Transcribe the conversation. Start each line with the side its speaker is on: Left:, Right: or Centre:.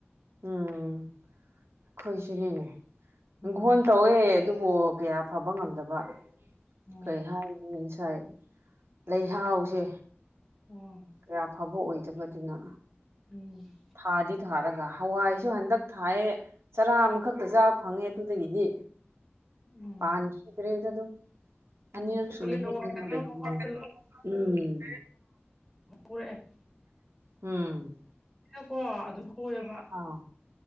Right: ꯎꯝ ꯈꯣꯏꯁꯨꯅꯦꯅꯦ
Centre: ꯎꯝ
Right: ꯍꯟ ꯇꯧ ꯑꯗꯨꯕꯨ ꯀꯌꯥ ꯐꯕ ꯉꯝꯗꯕ
Centre: ꯎꯝ
Right: ꯀꯩ ꯍꯥꯏ ꯉꯁꯥꯏ ꯂꯩꯍꯥꯎꯁꯦ
Centre: ꯎꯝ
Right: ꯀꯌꯥ ꯐꯕ ꯑꯣꯏꯗꯕꯗꯨꯅ
Centre: ꯎꯝ
Right: ꯊꯥꯗꯤ ꯊꯥꯔꯒ ꯍꯋꯥꯏꯁꯨ ꯍꯟꯗꯛ ꯊꯥꯏꯑ ꯆꯔꯥ ꯑꯃꯈꯛꯇ ꯆꯥꯕ ꯐꯪꯉꯦ ꯑꯗꯨꯗꯒꯤꯗꯤ
Centre: ꯎꯝ
Right: ꯄꯗꯔꯦꯗ ꯑꯗꯨꯣ
Centre: ꯎꯝ
Right: ꯑꯅꯤꯔ
Centre: ꯀꯣꯂꯤ
Right: ꯁꯅ ꯍꯦ
Centre: ꯍꯋꯥꯏꯒꯗꯣ
Right: ꯎꯝ
Centre: ꯃꯄꯥꯛꯇ ꯍꯔꯦ
Right: ꯎꯝ
Centre: ꯩꯅ ꯀꯣ ꯑꯗꯨ ꯍꯧꯋꯦꯕ
Right: ꯑꯥ